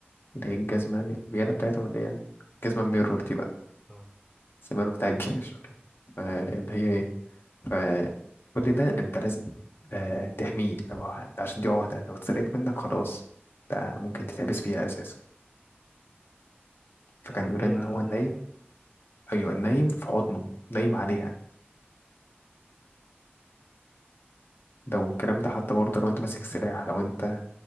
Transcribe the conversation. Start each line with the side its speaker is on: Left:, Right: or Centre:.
Left: اللي هي الجزمة يعني البيادة بتاعتهم اللي هي الجزمة الميرور دي بقى
Centre: آه
Left: السمير بتاع الجيش فاللي هي ايه فكل ده انت لازم آه، تحميه لو ه- عشان دي عهدة لو اتسرقت منك خلاص ده ممكن تتحبس فيها اساسا فكان
Centre: يعني
Left: بيقول
Centre: بيه
Left: ان
Centre: يعني
Left: هو
Centre: ولا
Left: نايم
Centre: إيه
Left: ايوه نايم في حضنه نايم عليها لو الكلام ده حتى برضه لو انت ماسك سلاح لو انت